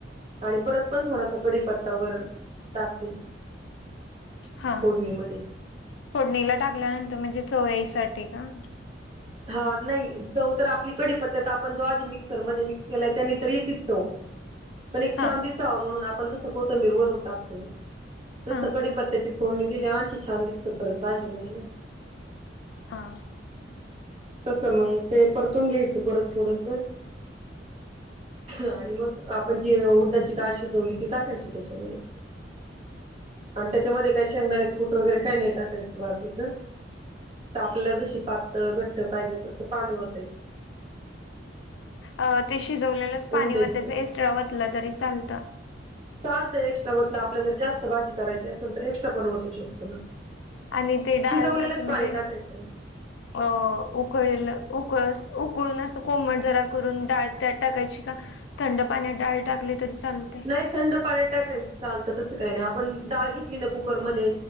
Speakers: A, on the right; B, on the left.
A: आणि परत पण थोडासा कडीपत्तावरण टाकते.
B: हा
A: फोडणीमध्ये
B: फोडणीला टाकल्यानंतर म्हणजे चवयाय साठी का?
A: हा, नाही चव तर आपली कडीपत्यात आपण जो आधी मिक्सरमध्ये मिक्स केलाय त्यानी तर येतेच चव. ह पण एक
B: हा
A: छान दिसावा म्हणून आपण कसं कोथंबीर वरून टाकतो तस
B: हा
A: कडीपत्त्याची
B: हा
A: -- फोडणी दिल्याव आणखी छान दिसत परत बाजी मध्ये ना.
B: हा.
A: तस मंग ते परतून घ्यायचं परत थोडस. आणि मग आपण जी उडदाची डाळ शिजवली ती टाकायची त्याच्यामुध्ये. आणि त्याच्यामध्ये काही शेंगदाण्याचं कुठ वगैरे काय नाही टाकायचं बाकीच. त आपल्या जशी पातळ घट्ठ पाहिजे तसं पाणी येतायचं.
B: अ ते शिजवलेलंच पाणी
A: द्यायची.
B: वतायचं एस्ट्रा वतलं तरी चालतं?
A: चालतं. एक्स्ट्रा वतल आपल्या जर जास्त भाजी करायची असेल तर एक्स्ट्रा पण वतू शकतो ना.
B: आणि ते डाळ
A: शिजवलेलंच
B: असे म्हणजे
A: पाणी टाकायचं.
B: अ उकळल -- उकळस उकळून असं कोमट जरा करून डाळ त्यात टाकायची का थंड पाण्यात डाळ टाकली तरी? चालते
A: नाही. थंड पाण्यात टाकायच चालतं तसं काही नाही. आपण -- डाळ घेतली ना कुकरमध्ये